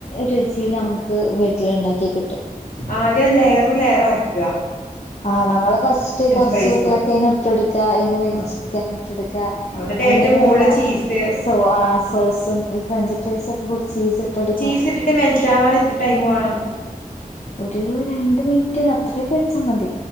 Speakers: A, on the left; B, on the left.
A: രുചീല് നമുക് ക് വീട്ടിലിണ്ടാക്കി കിട്ടും.
B: ആദ്യ ലെയറ് ലെയറാക്കാ.
A: ആഹ് നമ്മള് ഫസ്റ്റ് കൊറ്ച്ച്
B: ഫ്രൈസും
A: ഉരുളക്കിഴങ്‌ട്ടൊടുക്കാ, അയിന്റെ മേലെ
B: ആഹ്
A: ചിക്കൻ ഇട്ടൊടുക്കാ.
B: എന്നിട്ട്
A: അയിന്റെ
B: ഏറ്റവും
A: മേലെ
B: മോളില് ചീസ്
A: സോ ആ സോസും ഈ ഫ്രഞ്ച് ഫ്രൈസൊക്കെ കൂടി ചീസ് കൊടുക്കാം
B: ചീസ്ട്ട്ട്ട് മെൽറ്റാവാൻ എത്ര ടൈമ് വാണം?
A: ഒരു രണ്ട് മിൻറ്റ് അത്ര്യൊക്കെ വെച്ചാമതി.